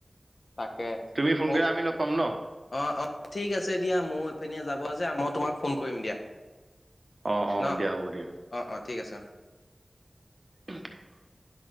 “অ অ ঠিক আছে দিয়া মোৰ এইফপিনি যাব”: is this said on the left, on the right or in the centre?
Left